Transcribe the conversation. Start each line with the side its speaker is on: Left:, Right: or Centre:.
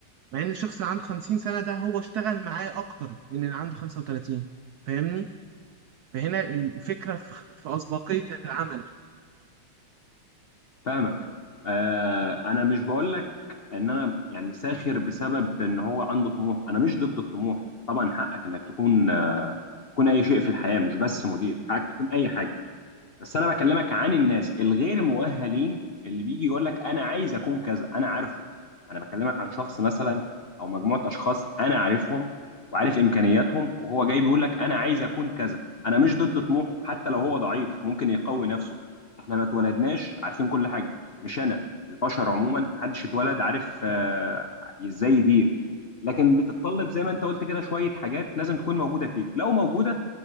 Right: مع ان الشخص اللي عنده 50 سنة ده هو اشتغل معاه اكتر من اللي عنده 35 فاهمني فهنا الفكرة في في أسبقية العمل
Left: فاهمك آه انا مش بقول لك ان انا يعني ساخر بسبب ان هو عنده طموح انا مش ضد الطموح طبعا حقك انك تكون آه تكون اي شيء في الحياة مش بس مدير حقك تكون اي حاجة بس انا بكلمك عن الناس الغير مؤهلين اللي بيجي يقول لك انا عايز اكون كذا انا عارفه انا بكلمك عن شخص مثلا او مجموعه اشخاص انا عارفهم وعارف امكانياتهم وهو جاي بيقول لك انا عايز اكون كذا انا مش ضد طموحه حتى لو هو ضعيف ممكن يقوي نفسه احنا ما اتولدناش عارفين كل حاجه مش انا البشر عموما محدش اتولد عارف آه، ازاي يدير لكن بتتطلب زي ما انت قلت كده شويه حاجات لازم تكون موجوده فيك لو موجوده